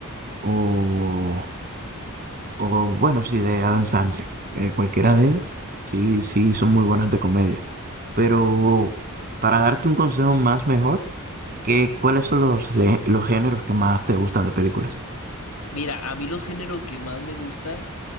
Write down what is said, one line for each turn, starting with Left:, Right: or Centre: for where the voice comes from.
Right: o, o bueno, sí, de Adam Sandler. Eh, cualquiera de él, sí, sí, son muy buenas de comedia. Pero para darte un consejo más mejor, ¿qué, cuáles son los, le- los géneros que más te gustan de películas?
Left: Mira, a mí los géneros que más me gustan